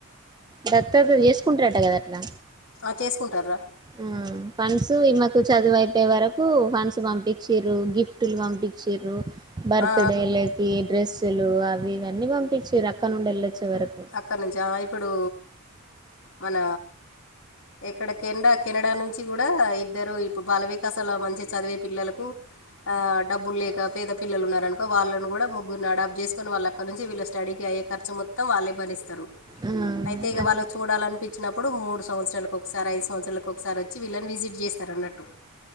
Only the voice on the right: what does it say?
దత్తత చేసుకుంటారట కదా అట్లా
ఆ ఫండ్స్ ఈమకు చదువు అయిపోయే వరకు ఫండ్స్ పంపించ్రు గిఫ్ట్లు పంపించ్రు బర్త్
డే కి డ్రెస్సులు అవి ఇవన్నీ పంపించి రక్క నుండి వెళ్ళొచ్చే వరకు
ఆ ఆ
అట్లా